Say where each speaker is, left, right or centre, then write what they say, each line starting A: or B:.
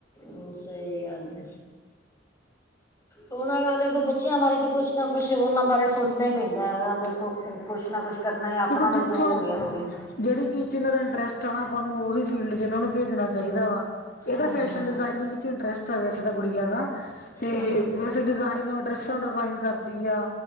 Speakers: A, on the left; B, on the left.
A: ਹ ਸਹੀ ਗੱਲ ਆ ਹੋਣ ਗੱਲ ਦੇਖੋ ਬੱਚਿਆਂ ਬਾਰੇ ਤਾਂ ਕੁਛ ਨਾ ਕੁਛ ਉਹਨਾਂ ਬਾਰੇ ਸੋਚਣਾ ਹੀ ਪੈਂਦਾ ਹੈ ਦੇਖੋ ਕੁਛ ਨਾ ਕੁਛ। ਕਰਨਾ ਆਪਣਾ
B: ਦੇਖੋ ਜਿੱਥੋਂ
A: ਤਾਂ ਜੋ ਹੋ ਗਿਆ ਹੋ ਗਿਆ।
B: ਜਿਹੜੀ ਚੀਜ਼ ਚ ਇਹਨਾਂ ਦਾ ਇੰਟਰਸਟ ਆ ਨਾ ਆਪਾਂ ਨੂੰ ਉਹੀ ਫੀਲਡ ਚ ਇਹਨਾਂ ਨੂੰ। ਭੇਜਣਾ ਚਾਹੀਦਾ ਵਾ ਇਹਦਾ
A: ਹਾਂ
B: ਫੈਸ਼ਨ
A: ਹਾਂ
B: ਡਿਜਾਇਨਿੰਗ ਚ ਇੰਟਰਸਟ ਆ ਵੈਸੇ ਤਾਂ ਗੁੜੀਆ ਦਾ। ਤੇ
A: ਹਾਂ ਹਾਂ
B: ਵੈਸੇ ਡਿਜ਼ਾਇਨਰ ਡਰੈਸਾਂ ਡਿਜ਼ਾਇਨ ਕਰਦੀ ਆ